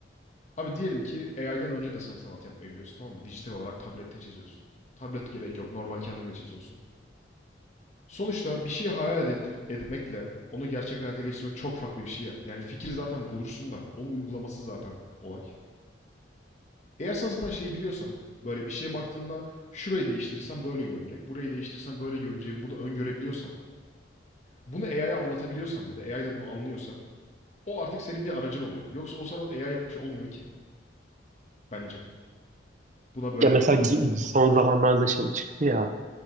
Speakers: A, on the left; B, on the right.
A: Abi diyelim ki AI'den önce de sen sanat yapmayı biliyorsun tamam mı? Dijital olarak tablette çiziyorsun. Tablet gerek yok. Normal kendin de çiziyorsun. Sonuçta bir şeyi hayal edip, etmekle onu gerçek hayata geçirmek çok farklı bir şey ya. Yani fikri zaten bulursun da onu uygulaması zaten olay. Eğer sen zaten şeyi biliyorsan böyle bir şeye baktığında şurayı değiştirirsem böyle görünecek. Burayı değiştirirsem böyle görüneceğini bunu öngörebiliyorsan. Bunu AI'ye anlatabiliyorsan bir de AI de bunu anlıyorsa o artık senin bir aracın oluyor. Yoksa o sanat AI yapmış olmuyor ki bence. Buna böyle
B: Ya mesela
A: bakınca.
B: g- son zamanlarda şey çıktı ya